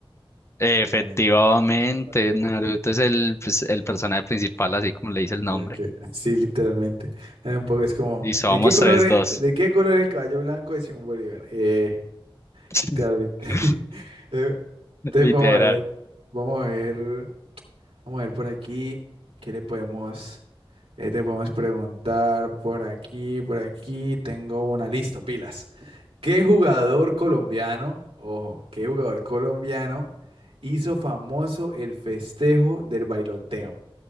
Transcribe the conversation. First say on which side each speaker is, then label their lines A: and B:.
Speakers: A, on the left; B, on the right.
A: Efectivamente,
B: obviamente. Ok,
A: Naruto es el, pues, el personaje principal, así como le dice
B: ok,
A: el nombre.
B: ok. Sí, literalmente. Eh, Un poco es como,
A: Listo,
B: ¿de
A: vamos
B: qué color
A: tres
B: es,
A: dos
B: de qué color es el caballo blanco de Simón Bolívar? Eh,
A: <laughs>
B: literalmente. <laughs> Eh, Entonces
A: Literal.
B: vamos a ver, vamos a ver. Vamos a ver por aquí qué le podemos, eh, te podemos preguntar por aquí, por aquí. Tengo una lista, pilas. ¿Qué jugador colombiano, ojo, qué jugador colombiano hizo famoso el festejo del bailoteo?